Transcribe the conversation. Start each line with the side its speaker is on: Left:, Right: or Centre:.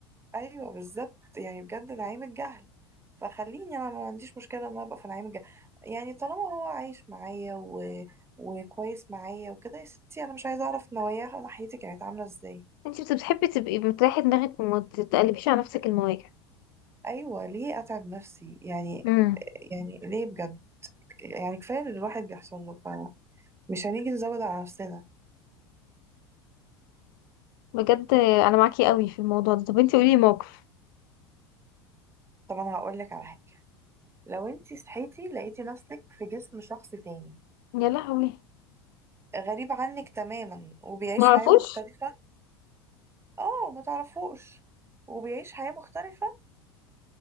Right: ايوه بالظبط يعني بجد نعيم الجهل فخليني انا ما عنديش مشكله ان انا ابقى في نعيم الجهل يعني طالما هو عايش معايا و... وكويس معايا وكده يا ستي انا مش عايزه اعرف نواياه ناحيتي كانت عامله ازاي
Left: انتي بت- بتحبي تبقي بتريحي دماغك وما تتقلبيش على نفسك المواجع
Right: ايوه ليه اتعب نفسي يعني
Left: امم
Right: يعني ليه بجد يعني كفايه اللي الواحد بيحصل له فمش هنيجي نزود على نفسنا
Left: بجد انا معاكي قوي في الموضوع ده طب انتي قولي موقف
Right: طب انا هقول لك على حاجه لو انتي صحيتي لقيتي نفسك في جسم شخص تاني
Left: يا لهوي
Right: غريب عنك تماما وبيعيش
Left: معرفوش
Right: حياه مختلفه اه ما تعرفوش وبيعيش حياة مختلفة